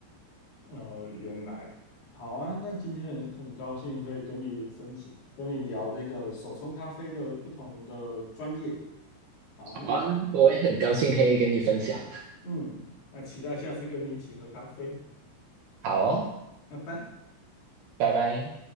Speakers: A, on the left (about 55°); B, on the right (about 70°).
A: 哦，原来好啊。那今天很很高兴可以跟你分享，跟你聊这个手冲咖啡的不同的专业。好啊，
B: 好啊，
A: 那
B: 我也很高兴可以跟你分享。
A: 嗯，那期待下次跟你一起喝咖啡。
B: 好哦，
A: 拜拜。
B: 拜拜。